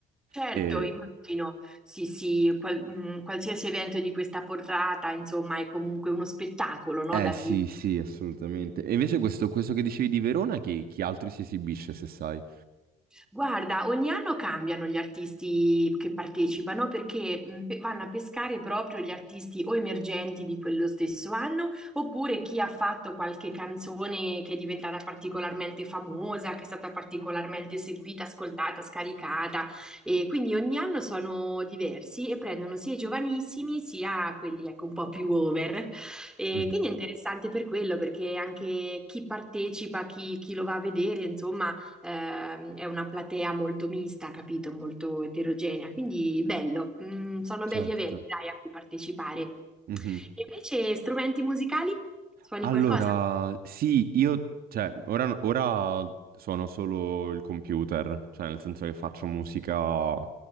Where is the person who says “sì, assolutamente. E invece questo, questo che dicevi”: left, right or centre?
Right